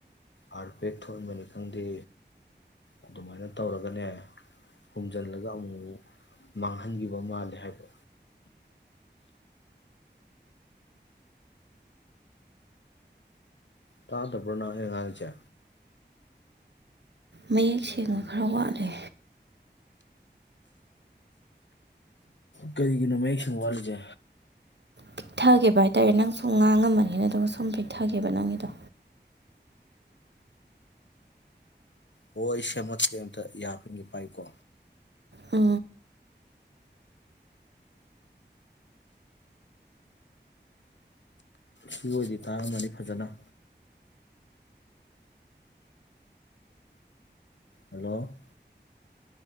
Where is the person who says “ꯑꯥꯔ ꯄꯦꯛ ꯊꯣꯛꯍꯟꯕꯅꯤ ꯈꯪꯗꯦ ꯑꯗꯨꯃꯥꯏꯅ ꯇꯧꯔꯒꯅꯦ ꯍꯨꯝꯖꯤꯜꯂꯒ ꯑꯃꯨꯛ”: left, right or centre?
Left